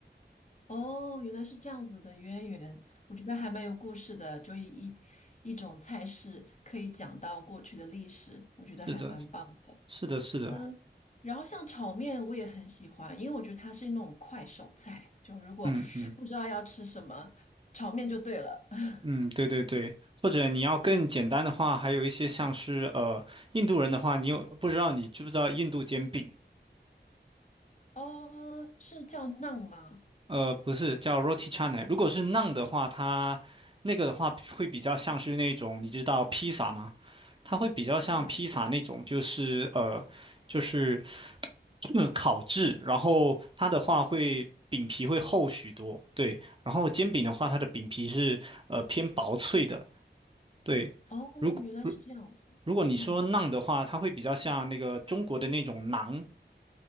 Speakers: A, on the left; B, on the right.
A: 哦，原来是这样子的渊源，我觉得还蛮有故事的，就一一一种菜式可以讲到过去的历史，我觉得还蛮棒的。
B: 是的，是的，是的，
A: 嗯，然后像炒面我也很喜欢，因为我觉得它是那种快手菜，就如果不知道要吃什么，
B: 嗯嗯。
A: 炒面就对了。<laughs>
B: 嗯，对对对，或者你要更简单的话，还有一些像是呃印度人的话，你有不知道你知不知道印度煎饼？
A: 哦，是叫馕吗？
B: 呃，不是叫 roti c h a n a 如果是 naan 的话，它那个的话会比较像是那种你知道披萨吗？它会比较像披萨那种，
A: 对，
B: 就是呃就是嗯烤制，然后它的话会饼皮会厚许多，对，然后煎饼的话，它的饼皮是呃偏薄脆的，对。
A: 哦，
B: 如果。
A: 原来是这样子。
B: 如果你说馕的话，
A: 嗯。
B: 它会比较像那个中国的那种馕。